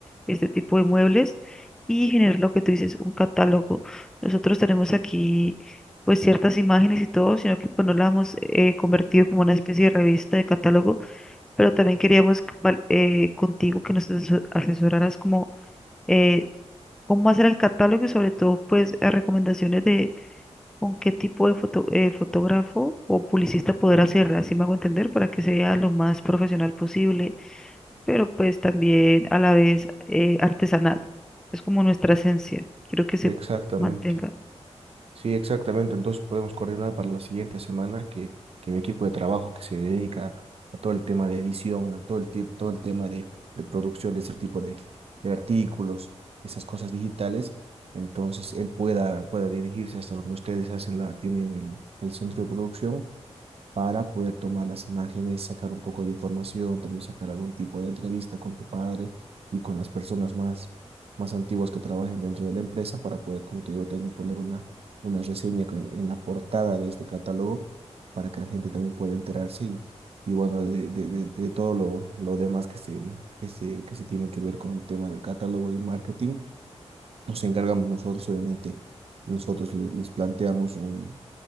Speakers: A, in the centre; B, on the right.
A: este tipo de muebles y generar lo que tú dices, un catálogo. Nosotros tenemos aquí pues ciertas imágenes y todo, sino que pues no la hemos eh, convertido como una especie de revista de catálogo, pero también queríamos c- val- eh, contigo que nos aseso- asesoraras como eh, cómo hacer el catálogo y sobre todo pues eh, recomendaciones de con qué tipo de foto- eh, fotógrafo o publicista poder hacerla, así me hago entender, para que sea lo más profesional posible pero pues también a la vez eh, artesanal. Es como nuestra esencia. Quiero que se
B: Exactamente.
A: mantenga.
B: Sí, exactamente. Entonces podemos coordinar para la siguiente semana que, que mi equipo de trabajo que se dedica a todo el tema de edición, a todo el, tip- todo el tema de, de producción de ese tipo de, de artículos, esas cosas digitales, entonces él pueda, pueda dirigirse hasta donde ustedes hacen la, tienen el, el centro de producción para poder tomar las imágenes, sacar un poco de información, tal vez sacar algún tipo de entrevista con tu padre y con las personas más, más antiguas que trabajen dentro de la empresa para poder, como te digo, tener, poner una, una reseña que- en la portada de este catálogo para que la gente también pueda enterarse y, y bueno, de, de, de, de todo lo, lo demás que se, que se, que se tiene que ver con el tema del catálogo y marketing. Nos encargamos nosotros, obviamente, nosotros le- les planteamos un